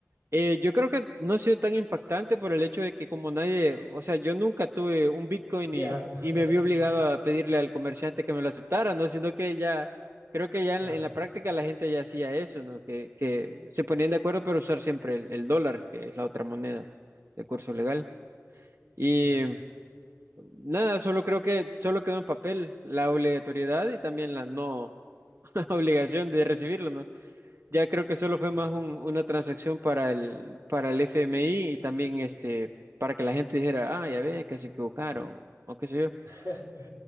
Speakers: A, on the right; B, on the right.
A: Eh, yo creo que no ha sido tan impactante por el hecho de que como nadie, o sea, yo nunca tuve un Bitcoin
B: Ya,
A: y,
B: <laughs>
A: y me vi obligado a pedirle al comerciante que me lo aceptara, ¿no? Sino que ya, creo que ya en,
B: ya,
A: la en la práctica la gente ya hacía eso, ¿no? Que, que se ponían de acuerdo para usar siempre el, el dólar, que es la otra moneda de curso legal. Y
B: ya,
A: nada, solo creo que solo quedó en papel la obligatoriedad y también la no <laughs> obligación de recibirlo, ¿no? Ya creo que solo fue más
B: ya.
A: un- una transacción para el, para el FMI y también este, para que la gente dijera, ah, ya ve, que se equivocaron, o qué sé yo.
B: <laughs>